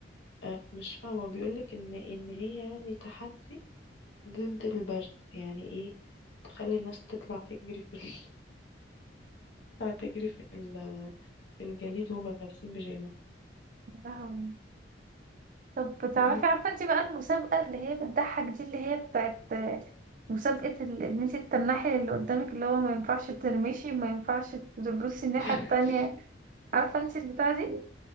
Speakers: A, on the left; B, on the right.
A: اه مش فاهمة بيقولك ان ان هي يعني تحدي ضد البرد يعني ايه تخلي الناس تطلع تجري في ال... <laughs> تطلع تجري في, ال... في الجليد وهم لابسين بيجامة
B: يا لهوي طب بتعرفي
A: مم.
B: عارفة انتي بقى المسابقة اللي هي بتضحك دي اللي هي بتاعت مسابقة ال- ان انتي تتنحي اللي قدامك اللي هو ما ينفعش ترمشي ما ينفعش تبصي الناحية
A: <laughs>
B: التانية عارفة انتي البتاعة دي؟